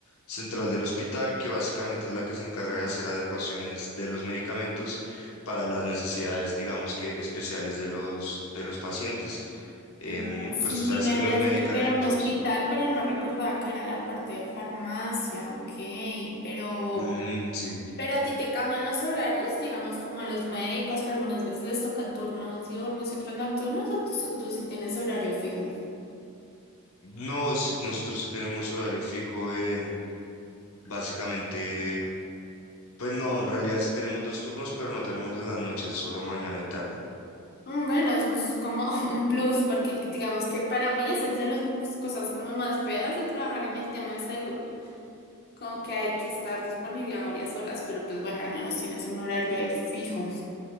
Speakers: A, on the left (about 80°); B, on the left (about 45°).
A: central del hospital, que básicamente es la que se encarga de hacer adecuaciones de los medicamentos para las necesidades, digamos que especiales de los, de los pacientes. Em,
B: Ah, sí,
A: pues tú sabes
B: sí, me
A: que
B: habías
A: los medicamentos...
B: dicho que era un hospital, pero no recordaba que era la parte de farmacia, ok, pero,
A: Mm, sí.
B: Pero a ti te cambian los horarios, digamos como a los médicos que algunas veces les tocan turnos diurnos y otros nocturnos, o tú, tú sí tienes horario fijo.
A: No, sí, nosotros sí tenemos horario fijo, eh, básicamente, pues no, en realidad sí tenemos dos turnos, pero no tenemos en las noches, solo mañana y tarde.
B: Mm, Bueno, eso es como <laughs> un plus, porque digamos que para mí esa es de las cosas como más feas de trabajar en el tema de salud, como que hay que estar disponible a varias horas, pero pues bueno, al menos tienes un horario ahí fijo.